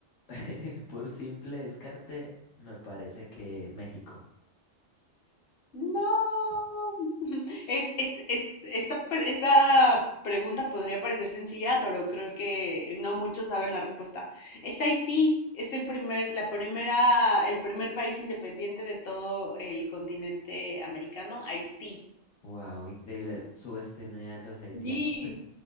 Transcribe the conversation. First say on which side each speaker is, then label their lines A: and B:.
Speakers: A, on the left (about 75°); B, on the left (about 60°).
A: <laughs> por simple descarte, me parece que México.
B: No. <laughs> Es, es- es- esta, pre- esta pregunta podría parecer sencilla, pero creo que no muchos saben la respuesta. Es Haití, es el primer, la primera, el primer país independiente de todo el continente americano, Haití.
A: Wow, increíble. Subestimé a los haitianos.
B: Sí,